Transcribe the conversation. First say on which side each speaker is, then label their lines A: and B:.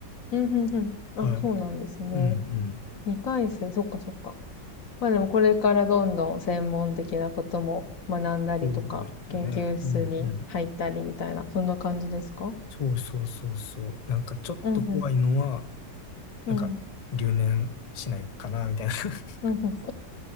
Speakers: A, on the left (about 50°); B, on the left (about 80°).
A: うんふんあ、
B: はい。
A: そうなんですね。
B: うんうん。
A: 2回生、そっかそっか。まあでもこれからどんどん専門的なことも学んだりとか、
B: そうですね。
A: 研究室に入ったりみたいな、
B: うんうん。
A: そんな感じですか
B: そうそうそうそう。なんかちょっと怖いのは、
A: うんふん、うん、
B: なんか留年しないかな、みたいな。<laughs>
A: うんふん。